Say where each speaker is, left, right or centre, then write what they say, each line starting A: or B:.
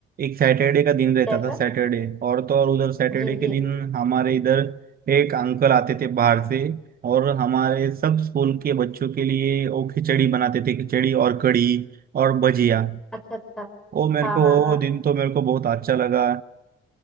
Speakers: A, on the right; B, in the centre.
A: एक सैटरडे का दिन रहता
B: कैसा
A: था सैटरडे और तो और उधर सैटरडे
B: जी
A: के
B: जी
A: दिन हमारे इधर एक अंकल आते थे बाहर से और हमारे सब स्कूल के बच्चों के लिए वो खिचड़ी बनाते थे खिचड़ी और कढ़ी और भजिया
B: अच्छा अच्छा
A: वो मेरे
B: हाँ
A: को
B: हाँ हाँ
A: वो दिन तो मेरे को बहुत अच्छा लगा